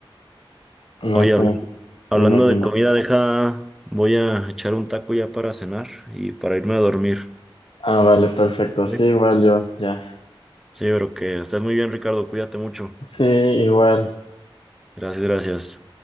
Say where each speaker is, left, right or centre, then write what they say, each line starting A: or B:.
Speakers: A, on the left; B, in the centre.
A: no
B: Oye,
A: sé,
B: habla- hablando
A: me imagino.
B: de comida, deja, voy a echar un taco ya para cenar y para irme a dormir.
A: Ah, vale, perfecto.
B: ¿vale?
A: Sí, igual yo, ya.
B: Sí, pero que estés muy bien, Ricardo, cuídate mucho.
A: Sí, igual.
B: Gracias, gracias.